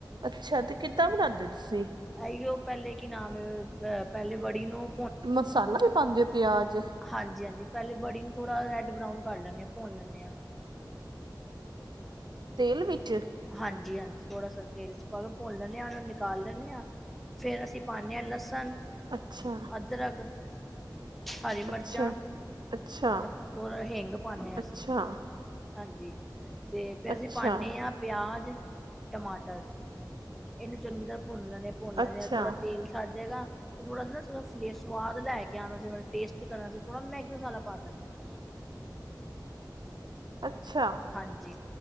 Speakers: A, on the right; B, in the centre.
A: ਅੱਛਾ ਤੇ ਕਿੱਦਾਂ ਬਣਾਂਦੇ ਹੋ ਤੁਸੀਂ।
B: ਇਹੀਓ ਪਹਿਲੇ ਕੀ ਨਾਮ ਐ ਅਹ ਪਹਿਲੇ ਵੜੀ ਨੂੰ
A: ਮਸਾਲਾ ਵੀ ਪਾਂਦੇ ਹੋ ਪਿਆਜ
B: ਹਾਂਜੀ ਹਾਂਜੀ ਪਹਿਲੇ ਵੜੀ ਨੂੰ ਥੋੜਾ ਰੈੱਡ ਬਰਾਊਨ ਕਰ ਲੈਂਦੇ ਹਾਂ ਭੁੰਨ ਲੈਂਦੇ ਹਾਂ।
A: ਤੇਲ ਵਿੱਚ,
B: ਹਾਂਜੀ ਹਾਂਜੀ ਥੋੜਾ ਸਾ ਤੇਲ ਵਿੱਚ ਪਾ ਦੋ ਚ ਪਾ ਕੇ ਭੁੰਨ ਲੈਂਦੇ ਹਾਂ ਉਹ ਨਿਕਾਲ ਲੈਣੇ ਆ। ਫਿਰ ਅਸੀਂ ਪਾਨੇ ਆ ਲਸਣ।
A: ਅੱਛਾ,
B: ਅਦਰਕ, ਹਰੀ ਮਿਰਚਾਂ
A: ਅੱਛਾ ਅੱਛਾ
B: ਤੇ ਹਿੰਗ ਪਾਂਦੇ ਹਾਂ
A: ਅੱਛਾ
B: ਅਸੀਂ। ਹਾਂਜੀ ਤੇ ਫਿਰ
A: ਅੱਛਾ
B: ਅਸੀਂ ਪਾਨੇ ਹਾਂ ਪਿਆਜ਼ ਟਮਾਟਰ। ਇਹਨੂੰ ਚੰਗੀ ਤਰ੍ਹਾਂ ਭੁੰਨ ਲੈਂਣੇ ਭੁੰਨ ਲੈਂਦੇ
A: ਅੱਛਾ
B: ਆ‌ ਥੋੜ੍ਹਾ ਤੇਲ ਸੱੜ ਜਾਏਗਾ। ਤੇ ਥੋੜਾ ਸੀ ਨਾ ਥੋੜਾ ਫਲੇਅ ਸਵਾਦ ਲੈ ਕੇ ਆਣ ਸੀ ਟੇਸਟ ਕਰਨਾ ਸੀ ਥੋੜਾ ਮੈਗੀ ਮਸ਼ਾਲਾ ਪਾ ਦਿੰਦੇ ਸੀ।
A: ਅੱਛਾ,
B: ਹਾਂਜੀ